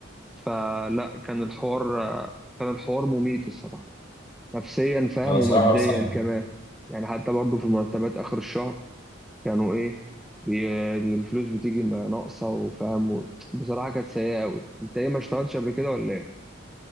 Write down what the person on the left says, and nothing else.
لا الصراحه
حوار صعب